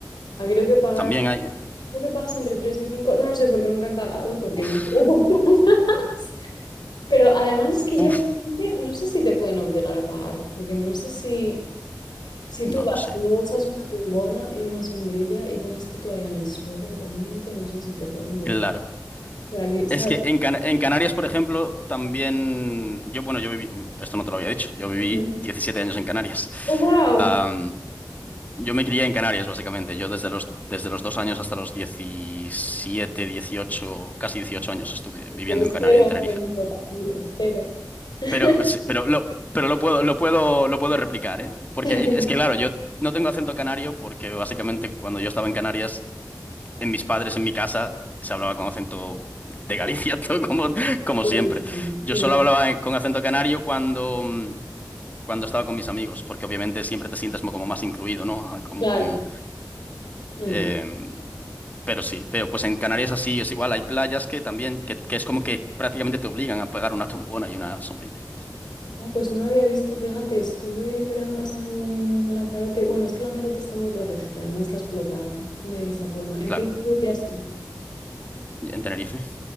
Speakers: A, on the left; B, on the left.
A: Ah, creo que pagas,
B: También hay...
A: creo que pagas entre 3 y cinco No lo sé porque nunca he pagado, porque
B: Uf,
A: yo no pago <laughs> playas. Pero además es que
B: uf,
A: yo realmente no sé si te pueden obligar a pagar, porque no sé si, si
B: no
A: tú vas
B: lo sé.
A: y no usas una tumbona y una sombrilla y pones tu toalla en el suelo, realmente no sé si te pueden decir.
B: Claro.
A: Reali- ¿Sabes?
B: Es que en, Cana- en Canarias, por ejemplo, también yo, bueno, yo viví, esto no te lo había dicho, yo viví
A: Ujú.
B: 17 años en Canarias.
A: Oh, wow.
B: Am, yo me crié en Canarias, básicamente. Yo desde los, desde los dos años hasta los 17, 18, casi 18 años estuve viviendo
A: Tienes
B: en Canarias,
A: cero
B: en Tenerife.
A: acento, canario, cero. <laughs>
B: Pero, sí, pero, lo, pero lo puedo, lo puedo, lo puedo replicar, ¿eh? Porque
A: Pero,
B: es que, claro, yo no tengo acento canario porque básicamente cuando yo estaba en Canarias en mis padres, en mi casa, se hablaba con acento de Galicia, <laughs> todo como, como
A: pero,
B: siempre. Yo
A: sí.
B: solo hablaba eh, con acento canario cuando, mm, cuando estaba con mis amigos, porque obviamente siempre te sientes mo- como más incluido, ¿no? Ah, Como
A: Claro.
B: con...
A: Mm.
B: em, pero sí, pero pues en Canarias así es igual, hay playas que también, que, que es como que prácticamente te obligan a pegar una tumbona y una sombrilla.
A: Ah, pues no lo había visto. Fíjate, estuve el verano pasado en Lanzarote. Bueno, es que Lanzarote está muy protegida, no está explotada de esa forma. ¿En
B: Claro,
A: qué vivías tú?
B: en Tenerife.